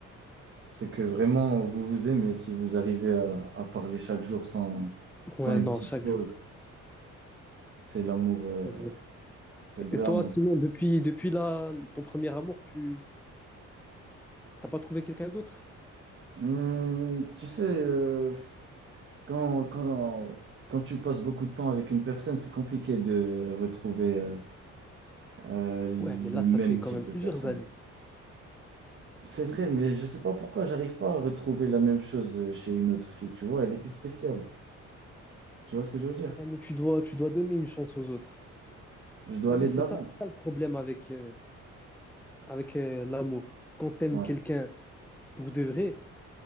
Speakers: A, on the right; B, in the centre.
A: C'est que vraiment, vous vous aimez si vous arrivez à, à parler chaque jour sans, sans
B: Ouais,
A: une
B: non,
A: petite
B: chaque
A: pause.
B: jour.
A: C'est l'amour, euh,
B: Chaque jour.
A: c'est le vrai
B: Et toi,
A: amour.
B: sinon, depuis, depuis là, ton premier amour, tu t'as pas trouvé quelqu'un d'autre?
A: Hmm, tu sais, euh, quand, quand, quand tu passes beaucoup de temps avec une personne, c'est compliqué de retrouver euh, euh, le
B: Ouais, mais là, ça
A: même
B: fait quand
A: type
B: même
A: de
B: plusieurs
A: personne.
B: années.
A: C'est vrai, mais je sais pas pourquoi j'arrive pas à retrouver la même chose euh, chez une autre fille. Tu vois, elle était spéciale. Tu vois ce que je veux dire?
B: Ouais, mais tu dois, tu dois donner une chance aux autres.
A: Je dois
B: T'as
A: aller
B: vu, c'est
A: de l'avant.
B: ça, c'est ça le problème avec, euh, avec euh, l'amour. Quand t'aimes
A: Ouais.
B: quelqu'un pour de vrai,